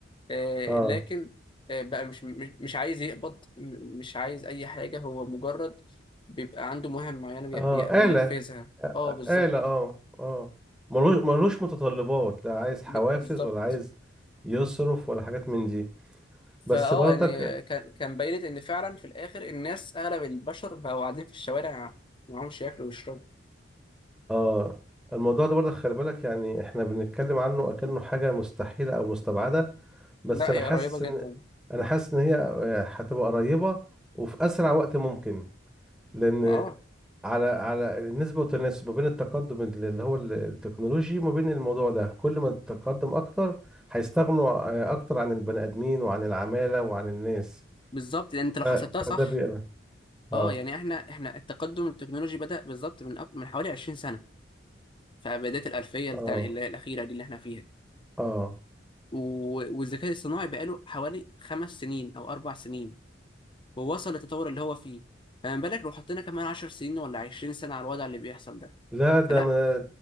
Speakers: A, on the left; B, in the centre.
A: آه،
B: اه
A: لكن آه، بقى مش مش مش عايز يقبض م- مش عايز اي حاجه هو مجرد بيبقى عنده مهام معينه بي-
B: اه
A: بي-
B: آلة
A: بينفذها اه بالظبط
B: آلة اه اه ملوش ملوش متطلبات لا عايز حوافز
A: ب- بالظبط
B: ولا عايز يصرف ولا حاجات من دي
A: فاه
B: بس برضك
A: يعني كان كان بينت ان فعلا في الاخر الناس اغلب البشر بقوا قاعدين في الشوارع معهمش ياكلوا ويشربوا
B: اه الموضوع ده برضك خلي بالك يعني احنا بنتكلم عنه اكنه حاجة مستحيلة او مستبعدة بس
A: لا
B: انا
A: هي
B: حاسس
A: قريبه جدا
B: ان انا حاسس ان هي آه، هتبقى قريبة وفي اسرع وقت ممكن لان
A: ما اه
B: على على النسبة والتناسب ما بين التقدم اللي هو ال- التكنولوجي وما بين الموضوع ده كل ما التقدم اكتر هيستغنوا آه، اكتر عن البني ادمين وعن العمالة وعن الناس
A: بالظبط لان انت لو
B: ف-
A: حسبتها
B: فده
A: صح
B: بيقلق
A: اه
B: اه
A: يعني احنا احنا التقدم التكنولوجي بدأ بالظبط من أك- من حوالي 20 سنه في بدايه الالفيه
B: اه
A: التع- اللي هي الاخيره دي اللي احنا فيها
B: اه
A: و- والذكاء الصناعي بقاله حوالي خمس سنين او اربع سنين ووصل للتطور اللي هو فيه فما بالك لو حطينا كمان 10 سنين ولا 20 سنه على الوضع اللي بيحصل ده
B: لا ده
A: فلا
B: ما